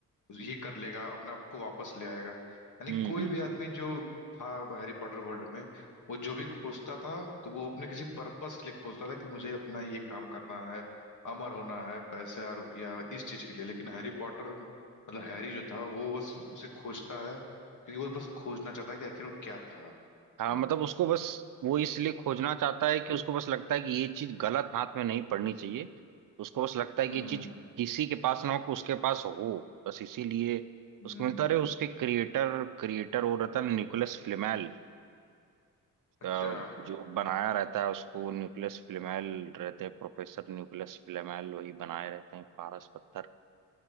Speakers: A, on the left; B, on the right.
A: ये कर लेगा अपने आप को वापस ले आएगा यानी
B: हम्म
A: कोई
B: हम्म।
A: भी आदमी जो था हैरी पॉटर वर्ल्ड में वो जो भी खोजता था तो वो अपने किसी पर्पस के लिए खोजता था कि मुझे अपना ये काम करना है अमर होना है पैसा रुपया इस चीज के लिए लेकिन हैरी पॉटर मतलब हैरी जो था वो बस उसे खोजता है क्योंकि वो बस खोजना चाहता है कि आखिर वो क्या था
B: हाँ
A: ना
B: मतलब उसको बस वो इसलिए खोजना चाहता है कि उसको बस लगता है कि ये चीज गलत हाथ में नहीं पड़नी चाहिए उसको बस लगता है
A: हम्म
B: कि ये चीज किसी के पास ना हो कि उसके पास हो बस इसीलिए
A: हम्म,
B: उसको मिलता रहे उसके क्रिएटर क्रिएटर वो रहता है निकोलस फ्लेमेल
A: अच्छा
B: अ, जो बनाया रहता है उसको निकोलस फ्लेमेल रहते हैं प्रोफेसर निकोलस फ्लेमेल वही बनाए रहते हैं पारस पत्थर